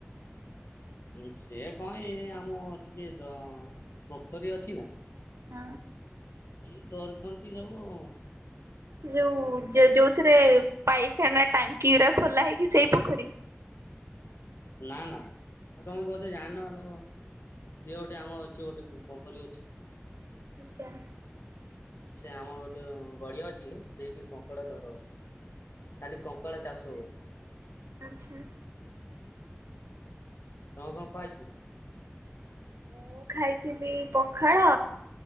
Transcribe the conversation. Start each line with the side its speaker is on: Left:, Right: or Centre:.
Left: ଏ ସେ କଣ୍ ଇଏ ଆମ ଟିକେ ଅ ପୋଖରୀ ଅଛି ନା
Right: ହଁ।
Left: ଏଇ ଧରିଛନ୍ତି ସବୁ ଆଉ।
Right: ଯଉ ଯଉଥିରେ ପାଇଖାନା ଟାଙ୍କି ରା ଖୋଲା ହେଇଚି ସେଇ ପୋଖରୀ?
Left: ନା ନା ଆଉ ତମେ ବୋଧେ ଜାଣିନ ଆଉ ତମ ସିଏ ଗୋଟେ ଆମ ଅଛି ଗୋଟେ ପୋଖରୀ ଅଛି।
Right: ଜା।
Left: ସେ ଆମ ଗୋଟେ ଗଡିଆ ଅଛି ସେଇଠି କଙ୍କଡା ଧରନ୍ତି। ଖାଲି କଙ୍କଡା ଚାଷ ହୁଏ।
Right: ଆଚ୍ଛା।
Left: ତମ କଣ ଖାଇଥିଲ?
Right: ମୁଁ ଖାଇଥିଲି ପଖାଳ